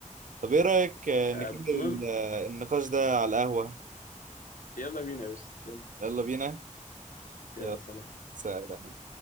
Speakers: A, on the right; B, on the left.
A: طب ايه رأيك آه، نكمل
B: المهم
A: ال- آه، النقاش ده على القهوة
B: يلا بينا بس يلا
A: يلا بينا
B: يلا
A: يلا
B: سلام
A: سلام